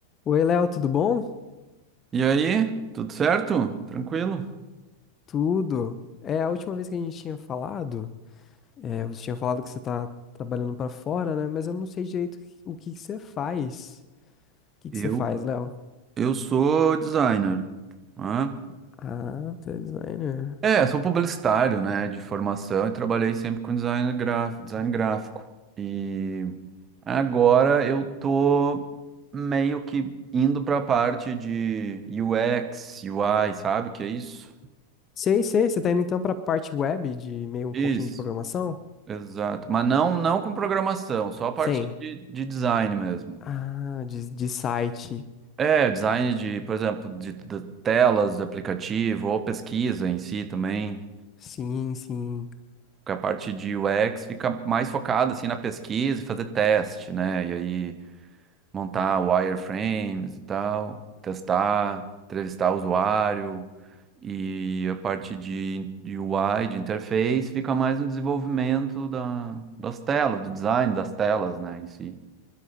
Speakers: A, on the left; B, on the right.
A: Oi, Léo, tudo bom?
B: E aí, tudo certo? Tranquilo?
A: Tudo. É, a última vez que a gente tinha falado, é, você tinha falado que você tá trabalhando pra fora, né? Mas eu não sei direito o que que você faz. O que que
B: Eu,
A: você faz, Léo?
B: eu sou designer, né?
A: Ah, tá designer.
B: É, sou publicitário, né, de formação e trabalhei sempre com design gráfico, design gráfico. E agora eu tô meio que indo para a parte de UX, UI, sabe o que é isso?
A: Sei, sei, você tá indo então pra parte web de meio um
B: Isso,
A: pouquinho de programação?
B: exato. Mas não, não com programação, só a parte
A: Sim.
B: de, de design mesmo.
A: Ah, de, de site.
B: É, design de, por exemplo, de, de telas de aplicativo ou pesquisa em si também.
A: Sim, sim.
B: Porque a parte de UX fica mais focada assim na pesquisa e fazer teste, né? E aí montar wireframes e tal, testar, entrevistar o usuário. E a parte de, de UI, de interface, fica mais no desenvolvimento da, das telas, do design das telas, né, em si.